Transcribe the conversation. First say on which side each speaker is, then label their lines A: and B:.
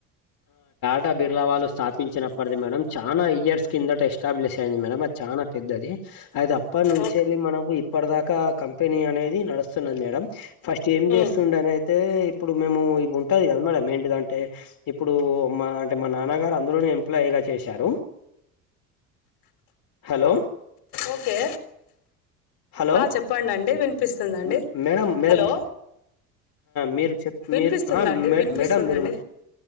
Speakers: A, on the left; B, on the left.
A: టా బిర్లా వాళ్లు స్థా పించినప్పటిది మేడం చానా ఇయర్స్ కిందట ఎస్టాబ్లిష్ అయింది మేడం అది చానా పెద్దది అయితే అప్ప నుంచేళ్ళి
B: ఓకే
A: మనకు ఇప్పటి దాకా కంపెనీ అనేది నడుస్తున్నది మేడం ఫస్ట్ ఏం చేస్తుండన
B: ఉమ్
A: అయితే ఇప్పుడు మేము ఇవి ఉంటది కదా మేడం ఏంటిదాంటే ఇప్పుడు మా అంటే మా నాన్నగారు అందులోనే ఎంప్లాయిగా చేశారు హలో
B: ఓకే
A: హలో!
B: ఆ చెప్పండండి వినిపిస్తుందండి
A: మ్ మేడం మేడం
B: హలో
A: మీరు చెప్
B: వినిపిస్తుందండి
A: మీరు హా
B: వినిపిస్తుందండి
A: మేడం మీరు